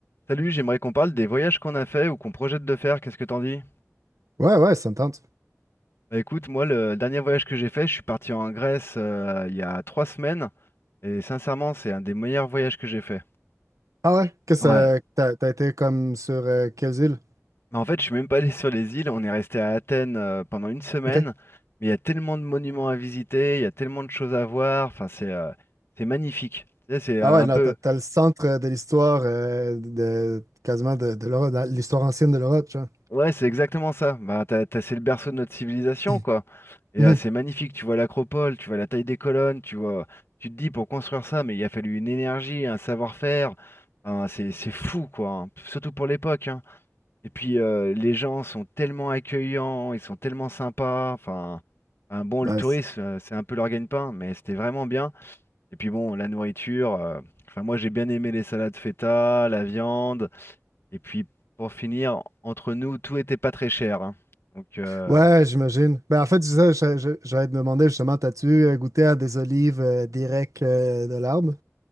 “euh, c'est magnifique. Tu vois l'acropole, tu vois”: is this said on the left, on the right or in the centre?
Left